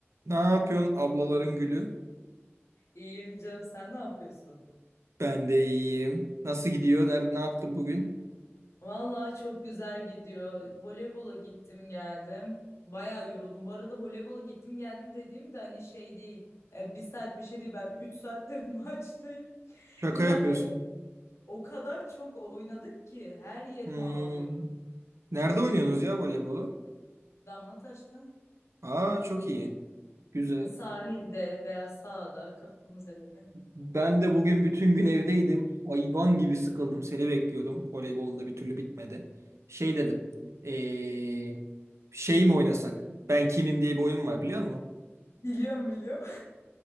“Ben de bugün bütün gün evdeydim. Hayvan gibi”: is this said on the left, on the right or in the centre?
Right